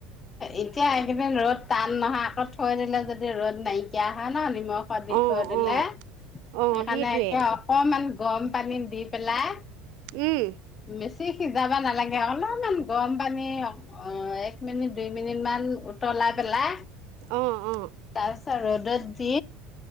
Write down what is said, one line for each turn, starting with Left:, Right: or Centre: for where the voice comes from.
Left: এতিয়া এইকেদিন ৰ'দ টান নহয় আকৌ থৈ দিলে যদি ৰ'দ নাইকীয়া হয় ন নে নিমখত দি
Right: অ'
Left: থৈ দিলে।
Right: অ'
Left: সেইকাৰণে
Right: অ' সেইটোৱে
Left: একে অকমান গৰম পানী দি পেলাই
Right: উম
Left: মে সিজাব নালাগে অলপমান গৰম পানী এক মিনিট দুই মিনিট মান উতলাই পেলাই
Right: অ' অ'।
Left: তাছ ৰদত দি